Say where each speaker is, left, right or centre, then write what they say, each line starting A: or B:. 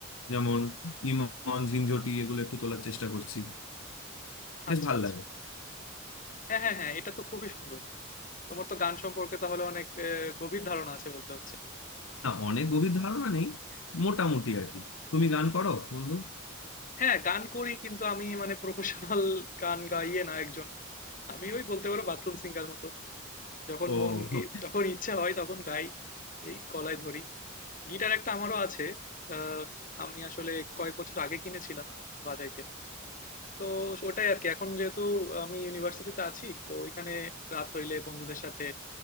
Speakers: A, on the left; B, on the left.
A: যেমন ইমন ঝিনঝটি এগুলো একটু তোলার চেষ্টা করছি বেশ
B: আচ্ছা
A: ভাল
B: আচ্ছা
A: লাগে
B: হ্যাঁ হ্যাঁ হ্যাঁ এটা তো খুবই সুন্দর তোমার তো গান সম্পর্কে তাহলে অনেক আহ, গভীর ধারণা আছে বলতে হচ্ছে
A: না অনেক গভীর ধারণা নেই মোটামুটি আর কি তুমি গান করো বন্ধু
B: হ্যাঁ, গান করি কিন্তু আমি মানে প্রফেশনাল গান গাইয়ে না একজন। আমি ওই বলতে পারো বাথরুম সিঙ্গার মতো। যখন
A: ও
B: মন ই- যখন ইচ্ছা হয় তখন গাই। এই গলায় ধরি। গিটার একটা আমারও আছে। আহ, আমি আসলে কয়েক বছর আগে কিনেছিলাম বাজাইতে। তো ওটাই আর কি। এখন যেহেতু আমি ইউনিভার্সিটিতে আছি তো ওইখানে রাত হইলে বন্ধুদের সাথে